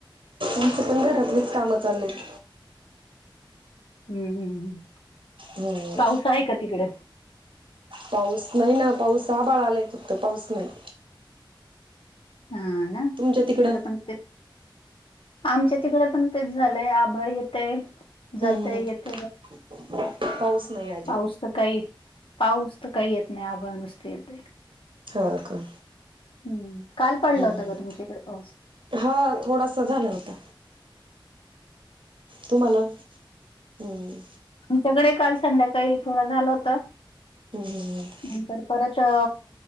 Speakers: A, on the right; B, on the left.
A: आमचं पण घरातलीच कामं चाललेत.
B: हम्म हम्म हम्म.
A: होय.
B: पाऊस आहे का तिकडे.
A: पाऊस नाही ना पाऊस आबाळ आलाय फक्त पाऊस नाही.
B: हा ना
A: तुमच्या तिकडं?
B: इकड पण तेच. आमच्या तिकडे पण तेच झालंय आभळ येतय जातय
A: हम्म हम्म
B: येते जाते.
A: पाऊस नाही आ.
B: पाऊस तर काही पाऊस तर काही येत नाही आभाळ नुसते येते.
A: हा का,
B: हम्म काल पाडला होता
A: हम्म
B: का तुमच्या इकडे पाऊस.
A: हा, थोडासा झाला होता. तुम्हाला हम्म
B: तुमच्याकडे काल संध्याकाळी थोडं झालं होत.
A: ह् <inaudible>
B: नंतर परत अ.